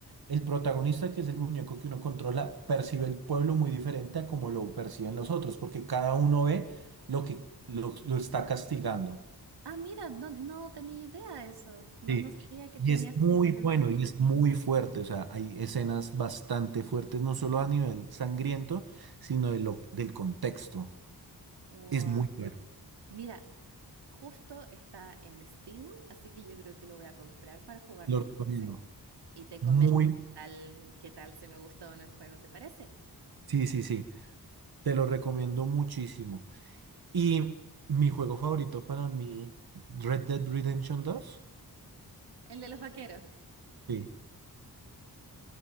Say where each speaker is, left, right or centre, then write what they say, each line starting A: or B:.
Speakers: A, on the right (about 65°); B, on the right (about 80°).
A: el protagonista, que es el muñeco que uno controla, percibe el pueblo muy diferente a como lo perciben los otros, porque cada uno ve lo que lo, lo está castigando.
B: Ah, mira, no, no tenía idea eso. No,
A: Sí,
B: no sabía que
A: y
B: tenía
A: es
B: esa
A: muy
B: diferencia.
A: bueno y es muy fuerte, o sea, hay escenas bastante fuertes, no solo a nivel sangriento, sino de lo- del contexto.
B: Wow.
A: Es muy bueno,
B: Mira, Justo está en Steam, así que yo creo que lo voy a comprar para jugarlo
A: lo
B: en mi
A: recomiendo.
B: PC. Y te
A: Muy,
B: comento qué tal, qué tal si me gustó o no el juego, ¿te parece?
A: sí, sí, sí, te lo recomiendo muchísimo. Y mi juego favorito para mí, Red Dead Redemption dos.
B: El de los vaqueros.
A: sí,